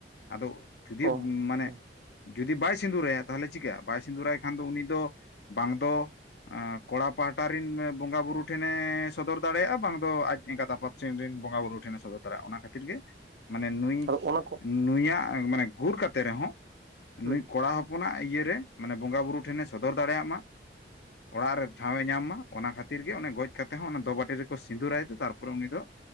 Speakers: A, on the left; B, on the right.
A: ᱟᱫᱚ ᱡᱩᱫᱤ
B: ᱚ
A: ᱢᱟᱱᱮ
B: ᱦᱩᱸ
A: ᱡᱩᱫᱤ ᱵᱟᱭ ᱥᱤᱸᱫᱩᱨᱟᱭᱟ ᱛᱟᱦᱚᱞᱮ ᱪᱤᱠᱟᱹᱜ ᱵᱟᱭ ᱥᱤᱸᱫᱩᱨᱟᱭ ᱠᱷᱟᱱ ᱫᱚ ᱩᱱᱤ ᱫᱚ ᱵᱟᱝ ᱫᱚᱼᱼ ᱠᱚᱲᱟ ᱯᱟᱹᱦᱴᱟ ᱨᱮᱱ ᱵᱚᱸᱜᱟ ᱵᱩᱨᱳ ᱴᱷᱮᱱᱮ ᱥᱚᱫᱚᱨ ᱫᱟᱲᱮᱭᱟᱜᱼᱟ ᱵᱟᱝ ᱫᱚ ᱟᱡ ᱮᱸᱜᱟᱛ ᱟᱯᱟᱛᱼᱼ ᱥᱮᱱ ᱨᱮᱱ ᱵᱚᱸᱜᱟ ᱵᱩᱨᱩ ᱴᱷᱮᱱᱮ ᱥᱚᱫᱚᱨ ᱫᱚᱨᱮᱭᱟᱜᱼᱟ ᱚᱱᱟ ᱠᱷᱟᱹᱛᱤᱨ ᱜᱮ ᱢᱟᱱᱮ ᱱᱩᱭ
B: ᱟᱫᱚ ᱚᱱᱟ ᱠᱚ
A: ᱱᱩᱭᱟᱜ ᱢᱟᱱᱮ ᱜᱩᱨ ᱠᱟᱛᱮ ᱨᱮᱦᱚᱸ
B: ᱦᱩᱸ
A: ᱱᱩᱭ ᱠᱚᱲᱟ ᱦᱚᱯᱚᱱᱟᱜ ᱤᱭᱟᱹᱨᱮ ᱢᱟᱱᱮ ᱵᱚᱸᱜᱟᱼ ᱵᱩᱨᱩ ᱴᱷᱮᱱᱮ ᱥᱚᱫᱚᱨ ᱫᱟᱲᱮᱭᱟᱜ ᱢᱟᱼᱼ ᱚᱲᱟᱜ ᱨᱮ ᱴᱷᱟᱶ ᱮ ᱧᱟᱢ ᱢᱟ ᱚᱱᱟ ᱠᱷᱟᱹᱛᱤᱨ ᱜᱮ ᱚᱱᱮ ᱜᱚᱡ ᱠᱟᱛᱮ ᱦᱚᱸ ᱚᱱᱟ ᱫᱚᱵᱟᱴᱤ ᱨᱮᱠᱚ ᱥᱤᱸᱫᱩᱨᱟᱭ ᱛᱮ ᱛᱟᱨᱯᱚᱨᱮ ᱩᱱᱤ ᱫᱚ